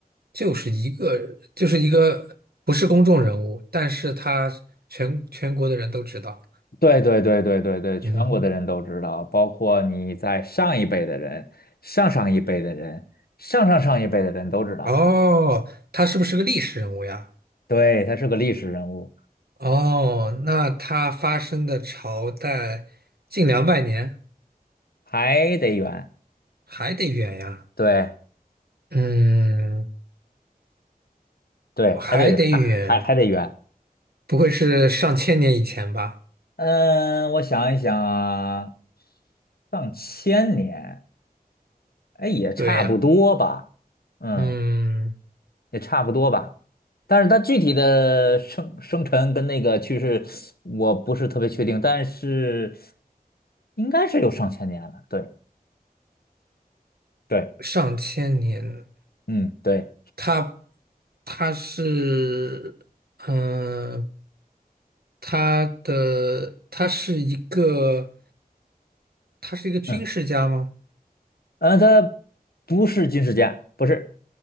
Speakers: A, on the right; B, on the left.
A: 就是一个，就是一个不是公众人物，但是他全全国的人都知道。
B: 对对对对对对，全国的人都知道，
A: 嗯，
B: 包括你在上一辈的人、上上一辈的人、上上上一辈的人都知道，
A: 哦，他是不是个历史人物呀？
B: 对，他是个历史人物，
A: 哦，那他发生的朝代近两百年，
B: 还得圆，
A: 还得远呀。
B: 对
A: 嗯，
B: 对，
A: 还得远，
B: 还得圆，还还还得圆，
A: 不会是上千年以前吧？
B: 嗯，我想一想啊，上千年，哎，也差不多吧，
A: 对呀。
B: 嗯，
A: 嗯。
B: 也差不多吧。但是他具体的生生辰跟那个趋势，我不是特别确定，但是应该是有上千年了。对对，
A: 上千年，
B: 嗯对
A: 他，他是嗯、呃他的他是一个，他是一个军事家吗？
B: 嗯，呃，他不是军事家，不是，